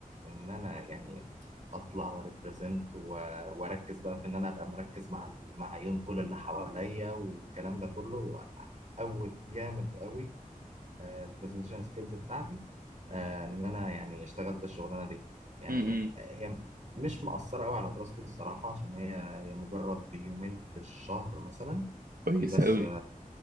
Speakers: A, on the right; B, on the right.
A: ان انا يعني اطلع وريبريزنت واركز بقى في ان انا ابقى مركز مع ال- مع عيون كل اللي حواليا والكلام ده كله قوت جامد قوي البرزنتيشن سكيلز بتاعتي آه ان انا يعني اشتغلت الشغلانه دي يعني
B: امم
A: هي مش مأثره قوي على دراستي الصراحه عشان هي هي مجرد يومين في الشهر مثلا
B: كويس
A: في بس
B: قوي